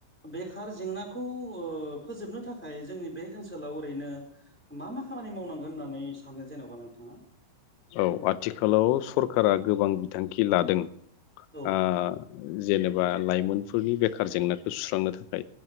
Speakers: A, in the centre; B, on the left.
A: बेखार जेंनाखौ ओ फोजोबनो थाखाय जोंनि बे ओनसोलाव ओरैनो मामा खामानि मावनांगोन होननानै सानो जेन'बा नोंथाङा
B: औ आथिखालाव सरकारा गोबां बिथांखि लादों
A: औ
B: ओ
A: औ
B: जेनेबा लाइमोन फोरनि बेखार जेंनाखौ सुस्रांनो थाखाय